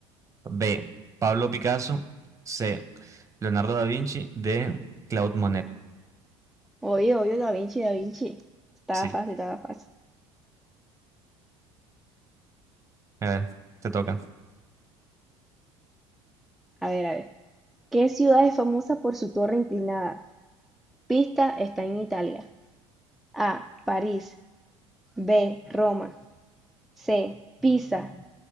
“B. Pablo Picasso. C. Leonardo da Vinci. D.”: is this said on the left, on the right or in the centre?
Right